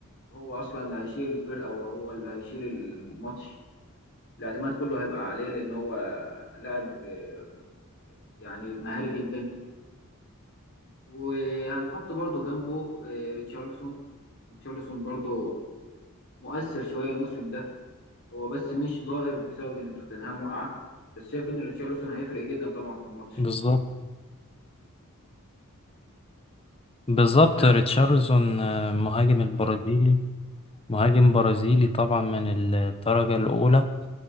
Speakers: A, on the left; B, on the left.
A: وهو اصلا اللي هيشيل الفرقه وهو اللي هيشيل الماتش الاعتماد كله هيبقى عليه لان هو لاعب آه، يعني مهاري جدا وهنحط برضو جنبه آه، ريتشارلسون ريتشارلسون برضو مؤثر شوية الموسم ده هو بس مش ظاهر بسبب ان توتنهام وقع بس شايف ان ريتشارلسون هيفرق جدا طبعا في الماتش
B: بالظبط بالظبط
A: بس
B: ريتشارلسون آه، مهاجم البرازيلي مهاجم برازيلي طبعا من الدرجة الأولى